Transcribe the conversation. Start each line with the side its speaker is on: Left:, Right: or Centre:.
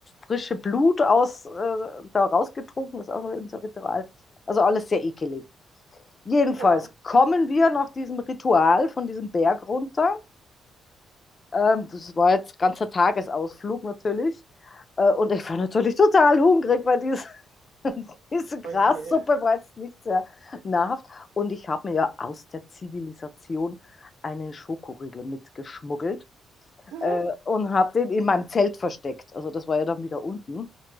Left: frische Blut aus, äh, da rausgetrunken, ist auch noch irgendein Ritual. Also alles sehr ekelig. Jedenfalls
Right: Ja.
Left: kommen wir nach diesem Ritual von diesem Berg runter ähm, das war jetzt ganzer Tagesausflug natürlich. Äh, und ich war natürlich total hungrig, weil diese, <laughs> diese Grassuppe
Right: Oh je.
Left: war jetzt nicht sehr nahrhaft. Und ich habe mir ja aus der Zivilisation einen Schokoriegel mitgeschmuggelt
Right: Mhm.
Left: äh, und habe den in meinem Zelt versteckt. Also das war ja dann wieder unten.